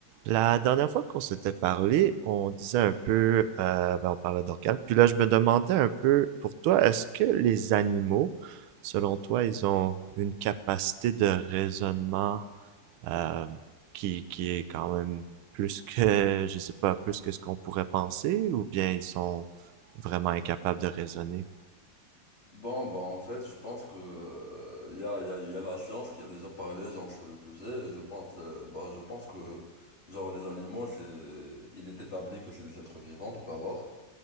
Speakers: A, on the right (about 80°); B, on the left (about 30°).
A: La dernière fois qu'on s'était parlé, on disait un peu, euh, ben, on parlait d'organes. Puis là, je me demandais un peu, pour toi, est-ce que les animaux, selon toi, ils ont une capacité de raisonnement euh, qui, qui est quand même plus que, je sais pas, plus que ce qu'on pourrait penser, ou bien ils sont vraiment incapables de raisonner?
B: Bon, bah en fait, je pense que euh, y a, y a, y a la science qui a déjà parlé genre sur le sujet. Et je pense, euh, bah, je pense que genre les animaux, c'est, il est établi que c'est des êtres vivants tout d'abord.